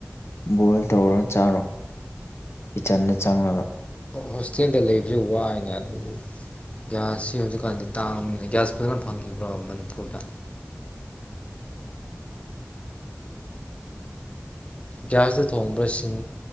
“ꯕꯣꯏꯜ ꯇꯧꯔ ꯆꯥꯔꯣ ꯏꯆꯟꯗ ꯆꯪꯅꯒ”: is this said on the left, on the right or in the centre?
Left